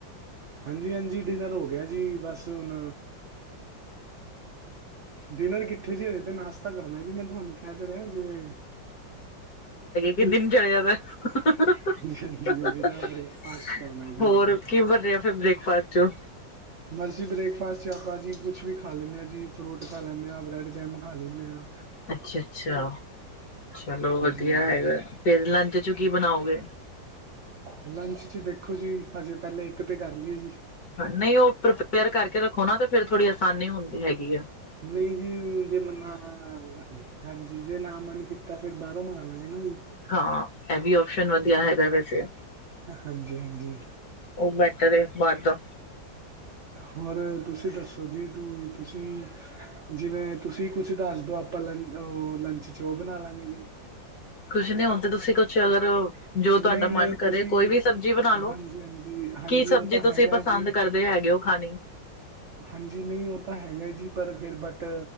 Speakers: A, on the right; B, on the left.
A: ਹਾਂਜੀ-ਹਾਂਜੀ ਡਿਨਰ ਹੋ ਗਿਆ ਜੀ, ਬਸ ਹੁਣ ਡਿਨਰ ਕਿੱਥੇ ਜੀ ਹਜੇ ਤੇ ਨਾਸ਼ਤਾ ਕਰਨਾ ਜੀ, ਮੈਂ ਤਹਾਨੂੰ ਕੈ ਤੇ ਰਿਆ ਜਿਵੇਂ
B: ਕੀ ਦਿਨ ਚੜਿਆ ਦਾ ਐ। <unintelligible>
A: ਹਾਂਜੀ ਹਜੇ ਤਾਂ ਬ੍ਰੇਕਫਾਸਟ ਕਰਨਾ ਜੀ
B: ਹੋਰ ਕਿ ਬਣਿਆ ਫੇਰ ਬ੍ਰੇਕਫਾਸਟ ਚ?
A: ਬਸ ਜੀ ਬ੍ਰੇਕਫਾਸਟ ਚ ਆਪਾਂ ਜੀ ਕੁੱਛ ਵੀ ਖਾ ਲੈਂਨੇ ਆ ਜੀ। ਫਰੂਟ ਖਾ ਲੈਂਨੇ ਆਂ, ਬਰੈਡ ਜੈਮ ਖਾ ਲੈਂਨੇ ਆਂ।
B: ਅੱਛਾ-ਅੱਛਾ, ਚਲੋ
A: ਹਾਂਜੀ
B: ਵਧੀਆ
A: ਹਾਂਜੀ
B: ਹੈਗਾ, ਫੇਰ ਲੰਚ ਚ ਕੀ ਬਣਾਓਗੇ?
A: ਲੰਚ ਚ ਦੇਖੋ ਜੀ, ਹਜੇ ਪੈਲੇ ਇੱਕ ਤੇ ਕਰ ਲੀਏ ਜੀ।
B: ਨਈ ਓ ਪ੍ਰੀਪੇਅਰ ਕਰਕੇ ਰੱਖੋ ਨਾ ਤੇ ਫੇਰ ਥੋੜੀ ਆਸਾਨੀ ਹੁੰਦੀ ਹੈਗੀ ਐ।
A: ਨਈਂ ਜੀ ਜੇ <unintelligible> ਹਾਂਜੀ ਜੇ ਨਾਂ ਮਨ ਕੀਤਾ ਫੇਰ ਬਾਰੋਂ ਮੰਗਾਂ ਲਾਂਗੇ ਨਾ ਜੀ।
B: ਹਾਂ, ਐ ਵੀ ਓਪਸ਼ਨ ਵਧੀਆ ਹੈਗਾ ਵੈਸੇ।
A: ਹਾਂਜੀ ਹਾਂਜੀ
B: ਓ ਬੈਟਰ ਐ, ਬਾਰ ਦਾ।
A: ਹੋਰ ਤੁਸੀਂ ਦੱਸੋ ਜੀ ਤੂੰ ਤੁਸੀਂ ਜਿਵੇਂ ਤੁਸੀਂ ਕੁੱਛ ਦੱਸ ਦੋ, ਆਪਾਂ ਲੰ ਅ ਲੰਚ ਚ ਓ ਬਣਾ ਲਾਂਗੇ ਜੀ।
B: ਕੁੱਛ ਨੀਂ ਹੁਣ ਤੇ ਤੁਸੀਂ ਕੁੱਛ ਅਗਰ ਓ ਜੋ ਤੁਆਡਾ
A: ਨਹੀਂ ਨਹੀਂ
B: ਮਨ ਕਰੇ
A: ਤੁਸੀਂ
B: ਕੋਈ ਵੀ ਸਬਜੀ ਬਣਾਲੋ।
A: ਹਾਂਜੀ ਹਾਂਜੀ ਹਾਂਜੀ
B: ਕੀ ਸਬਜ਼ੀ
A: ਉਹ ਤਾਂ
B: ਤੁਸੀਂ
A: ਹੈਗਾ
B: ਪਸੰਦ
A: ਜੀ
B: ਕਰਦੇ ਹੈਗੇ ਓ ਖਾਣੀ?
A: ਹਾਂਜੀ, ਨਈ ਓ ਤਾਂ ਹੈਗਾ ਜੀ, ਪਰ ਫਿਰ ਬਟ